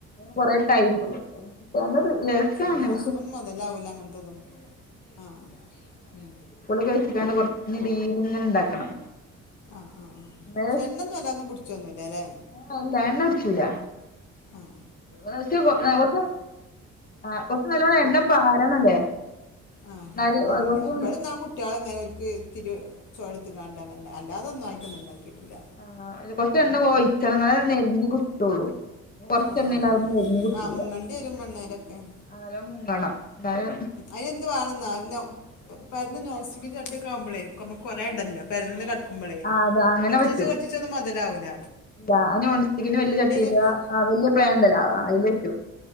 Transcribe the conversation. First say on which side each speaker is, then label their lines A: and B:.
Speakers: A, on the left (about 30°); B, on the left (about 80°).
A: കൊറെ ടൈംപോന്നദ്‌ <unintelligible> റിപ്ലൈ
B: ആ, ഗ്യാസ്മൊന്നും മുതലാവൂല അങ്ങനത്തതും ആ ഉം.
A: ചോയ്ച്ചിട്ടാണം കുറച്ച്ടീം ഇങ്ങനെ ഇണ്ടാക്കണം.
B: ആ ആ ആക്ഷെയെണ്ണന്നുംവെള്ളതെന്നും
A: നല്ല
B: പുടിച്ചൊന്നുല്ലലെ.
A: <unintelligible> കുട്ച്ചൂല.
B: ആഹ്
A: നോക്യ കൊറച്ച ആ കൊറച്ച് നല്ലോണ്ണ എണ്ണ പാരണല്ലേ.
B: ആഹ്
A: എന്നാല്
B: ആള് പോവലില്ല
A: കൊറച്ച്
B: ഇബടന്നാ കുട്ട്- കുട്ടോളെ ഇങ്ങനെ ഓല്ക്ക് തിരി ചോ യ എടുത്ത് കാണ്ട അങ്ങണ്ട് അല്ലാതെൊന്നും ആയിട്ടൊന്ന ഉണ്ടാക്കിയിട്ടില്ല.
A: ആ കൊറച്ച് എണ്ണ ഒയ്ച്ചണംനാൽ നേരിഞ്ഞി കിട്ടുള്ളൂ. കൊറച്ചെണ്ണല്ലതെന്നുംമുരിഞ്
B: ആ ആ ആ
A: കിട്ടൂല
B: ആ മുങ്ങണ്ടി വരും എണ്ണയിലൊക്കെ
A: അങ്ങനെ മുങ്ങണംന്നാലെ.
B: അയന് എന്ത് വാണെന്നോ പരന്ന നോൻ സ്റ്റിക്കിന്റെചട്ടിയൊക്കെ ആവുമ്പളെ നമക് കൊറേണ്ടല്ലോ. പെരന്ന് കടുമ്പളേ
A: ആഹ് അതാ അങ്ങനെ
B: കൊർ
A: പറ്റും
B: ചീച്ചേ കൊർചിച്ചോ ഒന്നും മൊതലാവൂല.
A: <unintelligible> അത് നോൺസ്റ്റിക്കിന്റെ വല്യ ചട്ടില്യ
B: വെച്ച്
A: ആഹ് വല്യ പ്ലേ ഇണ്ടല്ലോ അയില് വെക്കും.